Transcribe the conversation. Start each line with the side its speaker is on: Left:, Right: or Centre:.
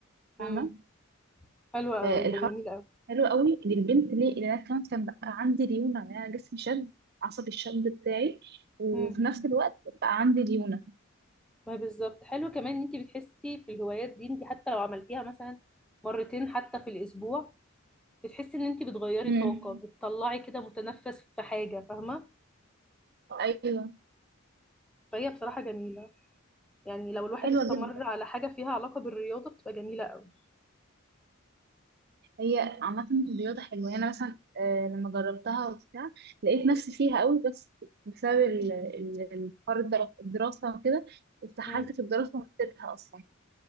Right: فاهمه
Centre: امم حلو
Right: فالحوار
Centre: قوي ده جميل قوي
Right: حلو قوي للبنت ليه لان انا كمان كان بقى عندي ليونه يعني انا جسمي شد عصبي الشد بتاعي وفي
Centre: امم
Right: نفس الوقت بقى عندي ليونه
Centre: ما بالظبط حلو كمان ان انت بتحسي في الهوايات دي انت حتى لو عملتيها مثلا مرتين حتى في الاسبوع بتحسي ان انت بتغيري
Right: امم
Centre: طاقة بتطلعي كده متنفس في حاجة فاهمة
Right: ايوه
Centre: فهي بصراحة جميلة يعني لو الواحد
Right: حلوه
Centre: استمر
Right: جدا
Centre: على حاجة فيها علاقة بالرياضة بتبقى جميلة قوي
Right: هي عامه الرياضه حلوه يعني انا مثلا آه لما جربتها وبتاع لقيت نفسي فيها قوي بس بسبب ال- ال- الحوار الدرا- الدراسه وكده اتسحلت
Centre: امم
Right: في الدراسه ونسيتها اصلا